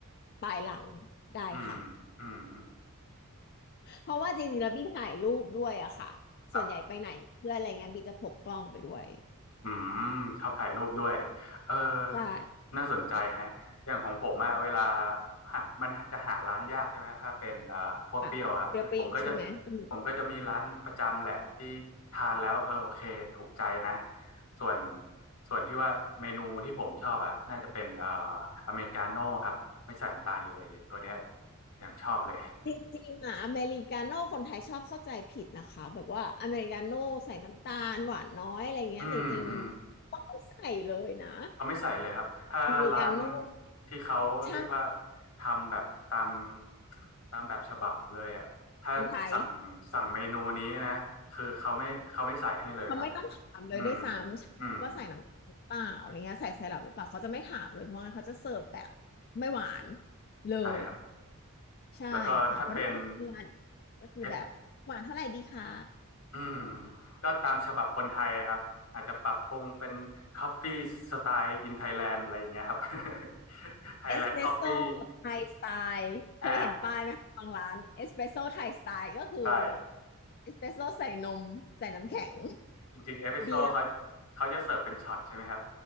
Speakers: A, on the left; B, on the left.
A: ปลายหลังได้ค่ะ
B: อืมอืม
A: เพราะว่าจริงๆแล้วบี้ถ่ายรูปด้วยอะค่ะส่วนใหญ่ไปไหนเพื่อนอะไรเงี้ยบี้จะพกกล้องไปด้วย
B: ครับ อืมชอบถ่ายรูปด้วยเออ
A: ใช่
B: น่าสนใจแฮะอย่างของผมอะเวลาหามันจะหาร้านยากใช่ไหม ถ้าเป็นเอ่อคั่วเปรี้ยวครับผมก็จะ
A: ค่ะเปรี้ยวๆใช่ไหมอืม
B: ผมก็จะมีร้านประจำแหละที่ทานแล้วเออโอเคถูกใจนะส่วนส่วนที่ว่าเมนูที่ผมชอบอะน่าจะเป็นเอ่ออเมริกาโน่ครับไม่ใส่น้ำตาลเลยตัวเนี้ยอย่างชอบเลย
A: จริงๆอะอเมริกาโน่คนไทยชอบเข้าใจผิดนะคะแบบว่าอเมริกาโน่ใส่น้ำตาลหวานน้อยอะไรเงี้ยแต่จริงๆมัน
B: อืมอืม
A: ต้องใส่เลยนะ
B: เขาไม่ใส่เลยครับ ถ้าร้าน
A: อเมริกาโน่
B: ที่เขาเรียกว่า
A: ใช่
B: ทำแบบตามตามแบบฉบับเลยอ่ะถ้าสั่ง
A: คนไทย
B: สั่งเมนูนี้นะ คือเขาไม่เขาไม่ใส่ให้เลยครับ
A: เขาไม่ต้องถามเลยด้วยซ้ำว่าใส่น้ำตาลหรือเปล่าอะไรเงี้ยใส่ไซรัปหรือเปล่าเขาจะไม่ถามเลยเพราะงั้นเขาจะเสิร์ฟแบบ
B: อืม อืม
A: ไม่หวานเลย
B: ใช่ครับ
A: ใช่ค่ะเพราะถ้าเป็นร้าน
B: แล้วก็ถ้าเป็น
A: ก็คือแบบหวานเท่าไหร่ดีคะ
B: เอสอืม ก็ตามฉบับคนไทยอะครับ อาจจะปรับปรุงเป็นคอฟฟี่สไตล์อินไทยแลนด์อะไรอย่างเงี้ยครับ <laughs> ไทยแลนด์คอฟฟี่
A: เอสเปรสโซ่ไทยสไตล์เคยเห็นป้ายไหมคะบางร้านเอสเปรสโซ่ไทยสไตล์ก็คือ
B: อ่าใช่
A: เอสเปรสโซ่ใส่นมใส่น้ำแข็ง
B: จริงๆเอพิโซดเขา
A: บีรา
B: เขาจะเสิร์ฟเป็นช็อตใช่ไหมครับ